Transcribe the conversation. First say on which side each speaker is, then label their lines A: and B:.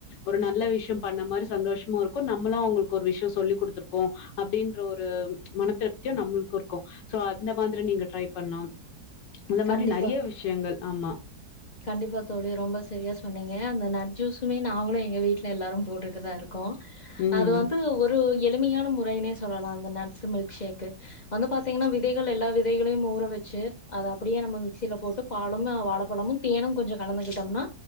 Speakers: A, on the left; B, on the left.
A: ஒரு நல்ல விஷயம் பண்ண மாரி சந்தோஷமு இருக்கு நம்மளு அவுங்களுக்கு ஒரு விஷ்யோ சொல்லிக் குடுத்ருக்கோ அப்டின்ற ஒரு மன திருப்தியு நம்ளுக்கு இருக்கு சோ அந்த மாதிரி நீங்க ட்ரை பண்லாம் அந்த மாரி
B: கண்டிப்பா
A: நறைய விஷயங்கள் ஆமா
B: கண்டிப்பா தோழி ரொம்ப செரியா சொன்னீங்க அந்த நட் ஜூஸுமே நாங்களு எங்க வீட்ல எல்லாரும் போட்டுட்டு தா இருக் கோ
A: ம்
B: அது வந்து ஒரு எளிமையான முறைனே சொல்லலாங்க நட்ஸு மில்க் ஷேக்கு வந்து பாத்தீங்கன்னா விதைகள் எல்லா விதைகளையும் ஊற வச்சு அத அப்டியே நம்ம மிக்சில போட்டு பாலமே வாழப்பழமு தேனு கொஞ்சொ கலந்துகிட்டோம்னா